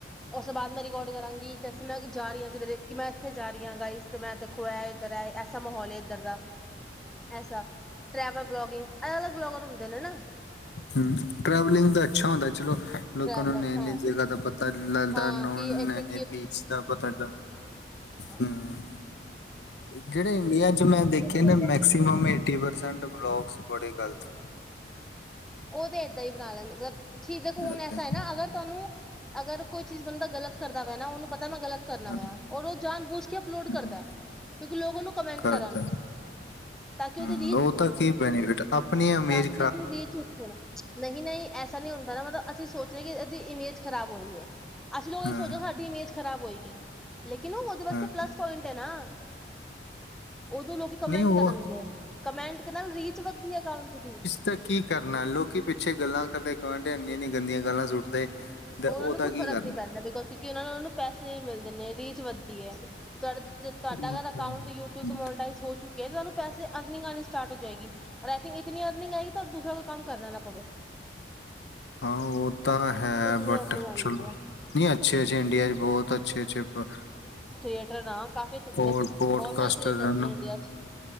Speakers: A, in the centre; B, on the left.
A: ਉਸ ਤੋਂ ਬਾਅਦ ਮੈਂ ਰਿਕਾਰਡ ਕਰਾਂਗੀ ਮੈਂ ਜਾ ਰਹੀ ਹਾਂ ਕਿ ਮੈਂ ਇੱਥੇ ਜਾ ਰਹੀਆਂ ਗਾਈਸ ਇਸ ਤੇ ਮੈਂ ਦੇਖੋ ਹੈ, ਇੱਧਰ ਹੈ ਐਸਾ ਮਾਹੌਲ ਐ। ਇਧਰ ਦਾ ਐਸਾ ਟੈਵਲ ਬਲੋਗਿੰਗ ਅਲੱਗ ਅਲੱਗ ਬਲੋਗਰ ਹੁੰ ਹੁੰਦੇ ਨੇ ਨਾ,
B: ਹੂੰ, ਟਰੈਵਲਿੰਗ ਦਾ ਅੱਛਾ ਹੁੰਦਾ ਚਲੋ। ਲੋਕਾਂ
A: ਟਰੈਵਲਰ
B: ਨੂੰ ਨ
A: ਹਾਂ
B: ਨ ਜਗ੍ਹਾ ਦਾ ਪਤਾ ਲਗਦਾ
A: ਹਾਂ
B: ਨ
A: ਕਿ
B: ਨ
A: ਇੱਥੇ
B: ਨ ਬੀਚ ਦਾ ਪਤਾ
A: ਹਾਂ,
B: ਹੂੰ ਜਿਹੜੇ ਇੰਡੀਆ ਚ ਮੈਂ ਦੇਖੇ
A: ਚੱਲਦਾ
B: ਨਾ ਮੈਕਸੀਮ ਏਟੀ ਪਰਸੈਂਟ ਬਲੋਗਸ ਬੜੀ ਗੱਲ ਤਾ,
A: ਉਹ ਤੇ ਏਦਾਂ ਹੀ ਬਣਾ ਲੈਂਦਾ ਮਤਲਬ। ਠੀਕ ਦੇਖੋ
B: ਹਨ।
A: ਹੁਣ
B: ਏਦਾਂ
A: ਐਸਾ
B: ਈ,
A: ਹੈ, ਨਾ ਅਗਰ ਤੁਹਾਨੂੰ ਅਗਰ ਕੋਈ ਚੀਜ਼ ਬੰਦਾ ਗਲਤ ਕਰਦਾ ਵੈ ਨਾ ਉਹਨੂੰ ਪਤਾ ਮੈਂ ਗਲਤ ਕਰਨਾ
B: ਹਾਂ
A: ਪਿਆ ਉਹਨੂੰ, ਜਾਣ ਬੂਝ ਕੇ ਅਪਲੋਡ ਕਰਦਾ।
B: ਹਾਂ
A: ਕਿ ਲੋਕ ਉਹਨੂੰ ਕਮੈਂਟ
B: ਕਰਦਾ
A: ਕਰਨ ਤਾਂ ਕਿ
B: ਹੂੰ
A: ਉਹਦੀ
B: ਉਹ ਤਾਂ ਕੀ ਬੈਨੀਫਿਟ ਆਪਣੀ ਅਮੀਰੀ
A: ਕਿ ਉਹਦੀ ਰੀਝ ਉੱਠੇ ਨਾ ਨਹੀਂ ਐਸਾ ਨਹੀਂ ਹੁੰਦਾ ਨਾ ਮਤਲਬ ਅਸੀਂ ਸੋਚਾਂ ਇਹ ਇਮੇਜ ਖਰਾਬ ਹੋ ਰਹੀ ਏ, ਅਸੀਂ ਲੋਕ ਇਹ
B: ਹਾਂ,
A: ਸੋਚੋ ਸਾਡੀ ਇਮੇਜ ਖਰਾਬ ਹੋਏਗੀ। ਕੀ। ਲੇਕਿਨ ਉਹਦੇ ਵਾਸਤੇ
B: ਹਾਂ
A: ਪਲੱਸ ਪੁਆਇੰਟ ਹੈ ਨਾ। ਉਦੋਂ ਲੋਕ ਕਮੈਂਟ
B: ਨਹੀਂ ਉਹ
A: ਕਰਨ ਗੇ ਕਮੈਂਟ ਨਾਲ ਰੀਚ ਵੱਧਦੀ ਹੈ ਅਕਾਊਂਟ ਦੀ।
B: ਤਾਂ ਕੀ ਕਰਨਾ ਲੋਕੀ ਪਿੱਛੇ ਗੱਲਾਂ ਕਰਦੇ, ਕਮੈਂਟ ਇੰਨੀ-ਇੰਨੀ ਗੰਦੀਆਂ ਗੱਲਾਂ ਸੁੱਟਦੇ। ਤੇ
A: ਉਹਨਾਂ
B: ਉਹਦਾ
A: ਨੂੰ ਕੋਈ
B: ਕੀ
A: ਫ਼ਰਕ
B: ਕਰਨਾ
A: ਨਹੀਂ ਪੈਂਦਾ ਬਿਕੋਜ ਕਿਉਂਕਿ ਉਹ ਨੂੰ ਉਹਨਾਂ ਨੂੰ ਪੈਸੇ ਮਿਲਦੇ ਨੇ ਰੀਚ ਵਧ ਧੀ ਏ ਤੁਹਾਡਾ ਜੇ ਤੁਹਾਡਾ
B: ਉਹ
A: ਅਕਾਊਟ
B: ਤਾਂ ਹੂੰ
A: ਯੂਟਿਬ ਮੋਰਟਾਜ਼ ਹੋ ਚੁਕ ਕਿ ਤੁਹਾਨੂੰ ਪੈਸੇ ਅਰਨਿੰਗ ਆਣੀ ਸਟਾਰਟ ਹੋ ਜਾਏਗੀ ਔਰ ਐਸ਼ੀ ਇਤਨੀ ਅਰਨਿੰਗ ਆਏਗੀ ਦੂਸਰਾ ਕੋਈ ਕੰਮ ਕਰਨਾ ਨਾ ਪਵੇ
B: ਹਾਂ ਉਹ ਤਾਂ ਹੈ
A: ਇਤਨੀ
B: ਬਟ
A: ਅਰਨਿੰਗ ਆਉਂਦੀ
B: ਚਲੋ
A: ਹੈ।
B: ਨੀ ਅੱਛੇ-ਅੱਛੇ ਇੰਡੀਆ ਚ ਬਹੁਤ ਛੇ-ਛੇ ਪ
A: ਥੀਏਟਰ ਆ ਕਾਫੀ ਅੱਛੇ- ਅੱਛੇ
B: ਪੋਡ
A: ਨੇ
B: ਪੋਡਕਾਸਟਰ
A: ਬਹੁਤ ਸਾਰੇ ਥੀਏਟਰ
B: ਹਨ
A: ਨੇ ਇੰਡੀਆ ਚ